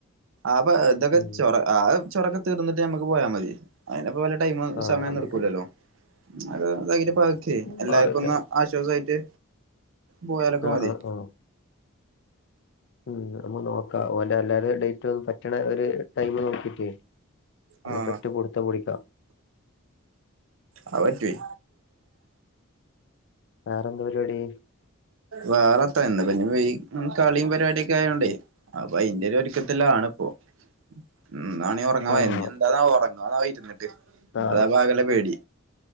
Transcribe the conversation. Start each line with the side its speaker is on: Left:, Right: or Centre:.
Right: ആപ്പൊ ഇതൊക്കെ
Left: ഉം
Right: ചൊറ. ആ ചൊറൊക്കെ തീർന്നിട്ട് നമ്മക്ക് പോയാ മതി. അയിനിപ്പോ വല്ല ടൈം
Left: ആഹ്
Right: സമയന്നും
Left: നമുക്ക്
Right: ഇടക്കൂലല്ലോ, <unintelligible>
Left: ഉം
Right: എല്ലാവർക്കും
Left: മാറി നിക്കണം.
Right: ഒന്ന് ആശ്വാസമായിട്ട് പോയാലൊക്കെ
Left: ആഹ്
Right: മതി.
Left: ആഹ് ആഹ് ഉം, നമ്മ നോക്കാം ഓലെ എല്ലാരിം ഡേറ്റ് പറ്റണ ഒരു ടൈം നോക്കിട്ടേ. നമുക്ക്
Right: ആഹ്
Left: ഒറ്റ പുടിതം പുടിക്കാം.
Right: അത് പറ്റൊയ്.
Left: വേറെന്താ പരിപാടി?
Right: വേറെത്താ ഇന്ന് കളിയും പരിപാടിയൊക്കെ ആയോണ്ടേ. അപ്പൊ അയിന്റെ ഒരു ഒരുക്കത്തിൽ ആണപ്പാ <unintelligible> <unintelligible>
Left: ആഹ്
Right: ഇഞ്എന്താ ന്നാവോ? ഉറങ്ങ <unintelligible> ന്നരിട്ട്,
Left: നാ
Right: അതാപ്പകല്ല പേടി.